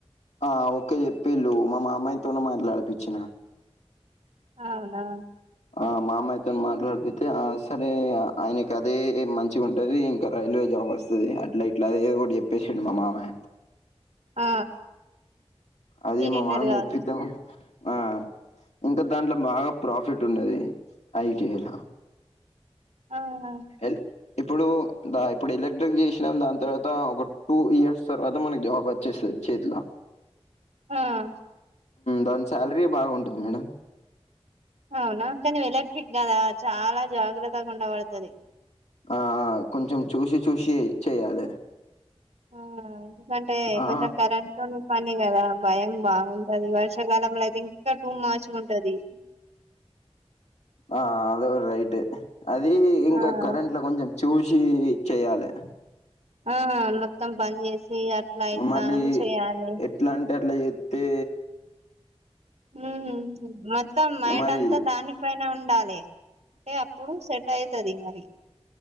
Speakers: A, on the left (about 90°); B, on the right (about 85°).
A: ఆ ఓకే చెప్పిళ్ళు మా మామయ్య తోన మాట్లాడిడిచ్చిన
B: అవునా
A: ఆ మామాయతో మాట్లాడిపితే
B: ఆ!
A: ఆ సరే ఆయనకి అదే మంచిగా ఉంటది ఇంకా రైల్వే జాబ్ వస్తుంది అట్లైట్లా కూడి ఎప్పే చేమ మా మమయ్యు
B: ఆ
A: అది
B: మీరిన్నరు
A: మా మామయ్య
B: కావచ్చు.
A: ప్రీతం ఆ ఇంకా దాంట్లో బాగా ప్రాఫిట్ ఉన్నది ఐటీఐ లా
B: ఆహా!
A: ఎ ఇప్పుడు దా ఇప్పుడు ఎలక్ట్రిక్ చేసినాం దాని తర్వాత ఒక టూ ఇయర్స్ తర్వాత మనకి జాబ్ వచ్చేస్తుంది చేతిల
B: ఆహ్
A: దాని సాలరీ బాగా ఉంటుంది మేడం
B: అవునా కానీ ఎలక్ట్రిక్ కదా చాలా జాగ్రత్తగా ఉండబడుతుంది
A: ఆ కొంచెం చూసి చూసి చెయ్యాలి
B: ఆ ఎందుకంటే
A: ఆ
B: కొంచెం కరెంట్ నతొ పని కదా భయం బాగుంటది వర్షాకాలంలో అయితే ఇంకా టూమచ్చగా ఉంటది
A: ఆ అదో రైట్ అది ఇంకా
B: ఆ!
A: కరెంట్ లో కొంచెం చూసి చెయాలి
B: ఆ మొత్తం పని చేసి అట్లా ఇట్లా
A: మళ్ళీ
B: అని చేయాలి
A: ఎట్లా అంటే అట్లా చెత్తే
B: ఉ మొత్తం మైండ్
A: మరి
B: అంతా దానికె పైనా ఉండాలి అంటే అప్పుడు సెట్ అయితది మరి